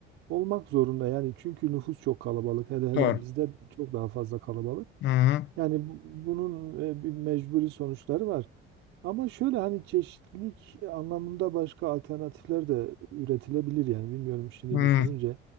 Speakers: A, on the right (about 75°); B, on the left (about 60°).
A: olmak zorunda yani çünkü nüfus çok kalabalık. Hele hele
B: Doğru.
A: bizde çok daha fazla kalabalık.
B: Hı hı.
A: Yani bu- bunun e, bir mecburi sonuçları var. Ama şöyle hani çeşitlilik anlamında başka alternatifler de üretilebilir yani bilmiyorum şimdi
B: Hı
A: düşününce.